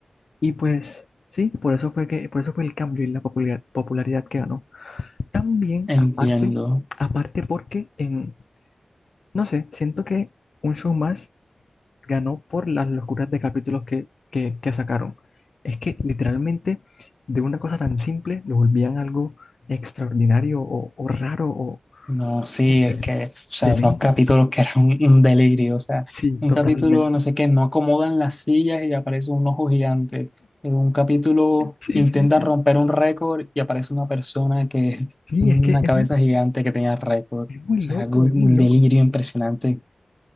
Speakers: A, on the left; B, on the left.
A: Y pues sí, por eso fue que, por eso fue el cambio y la popularidad, popularidad que ganó. También, aparte,
B: Entiendo.
A: aparte porque, em, no sé, siento que un show más ganó por las locuras de capítulos que, que, que sacaron. Es que literalmente de una cosa tan simple lo volvían algo extraordinario o, o raro o
B: No, sí,
A: no,
B: es que, o sea,
A: demente.
B: unos capítulos que eran un, un delirio, o sea,
A: Sí,
B: un
A: totalmente.
B: capítulo, no sé qué, no acomodan las sillas y aparece un ojo gigante. En un capítulo
A: Sí,
B: intenta
A: sí, sí.
B: romper un récord y aparece una persona que,
A: Sí,
B: una
A: es que es,
B: cabeza
A: mu-
B: gigante que tenía récord.
A: es
B: O
A: muy
B: sea,
A: loco,
B: algo- un
A: es muy loco.
B: delirio impresionante.